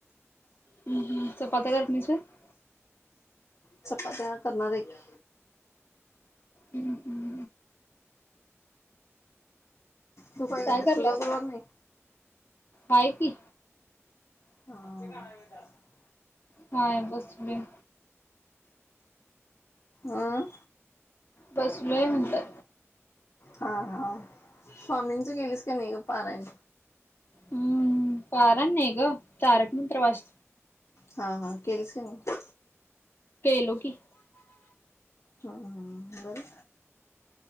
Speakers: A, on the left; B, on the left.
A: हम्म हम्म चपात्या करत. <unintelligible>
B: चपात्या करणार आहे की.
A: हम्म हम्म.
B: तू
A: काय
B: केल्यास
A: करलंस
B: तुझा गुरुवार
A: तू
B: नाही?
A: हाय कि.
B: हां.
A: हाय बसलोय.
B: आं
A: बसलोय म्हणलं.
B: हा हा स्वामींचा केलीस काय नाही गं पारायण?
A: हम्म पारण नाही गं तारक मंत्र वाच
B: हा हा केलीस काय ना?
A: केलो की.
B: हां हां. बरं